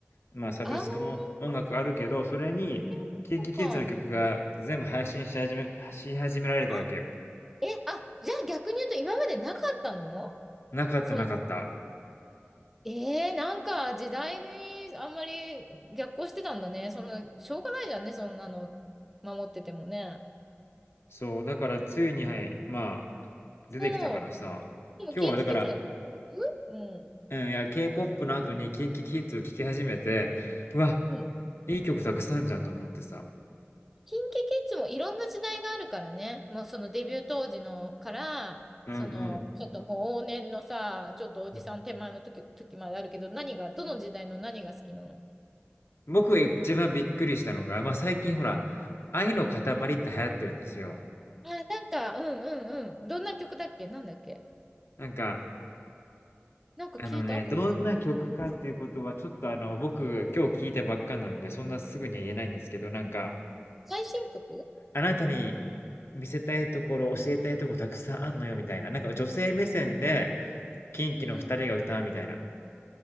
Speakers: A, on the left; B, in the centre.
A: まあ、サブスクの音楽あるけど、
B: ああー、そ
A: それに、
B: ういうことか。
A: キンキキッズの曲が全部配信し始め、し始められたわけよ。
B: あ、え、あ、じゃあ逆に言うと今までなかったの
A: なかったなかった。
B: その、えー、なんか時代にあんまり逆行してたんだね。その、しょうがないじゃんね、そんなの守っててもね。
A: そう、だから、ついに、はい、まあ、
B: そう。
A: 出てきたからさ、
B: でも、
A: 今日はだから、
B: 近畿 k i うん。
A: うん、いや、K-POP の後にキンキキッズを聴き始めて、うわ、
B: うん。
A: いい曲たくさんじゃんと思ってさ。
B: キンキキッズもいろんな時代があるからね。もうそのデビュー当時のから、
A: うんうん。
B: その、ちょっともう往年のさ、ちょっとおじさん手前の時、
A: うん
B: 時まであるけど、何が、どの時代の何が好きなの
A: 僕が一番びっくりしたのが、まあ最近ほら、愛の塊って流行ってるんですよ。
B: あ、なんか、うんうんうん。どんな曲だっけなんだっけ
A: なんか、
B: なんか聞いたことある。
A: あのね、どんな曲かっていうことは、ちょっとあの、僕、今日聞いたばっかなんで、そんなすぐには言えないんですけど、なんか、
B: 最新曲
A: あなたに見せたいところ、教えたいところたくさんあんのよ、みたいな。なんか女性目線で、キンキの二人が歌うみたいな。
B: うん。